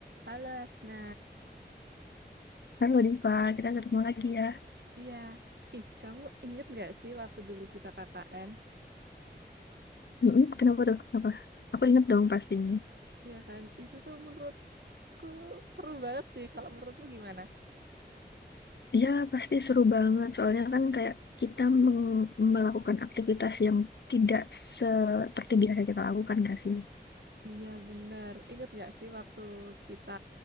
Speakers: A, on the right; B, on the left.
A: Halo Asna,
B: Halo Diva, kita ketemu lagi ya.
A: iya. Ih, kamu inget gak sih waktu dulu kita KKN?
B: Mm-mm. Kenapa tuh? Kenapa? Aku inget dong pastinya.
A: Iya kan, itu tuh menurutku seru banget sih. Kalau menurutmu gimana?
B: Ya, pasti seru banget. Soalnya kan kayak kita meng- melakukan aktivitas yang tidak seperti biasa kita lakukan gak sih? <laughs>
A: Iya bener, inget gak sih waktu kita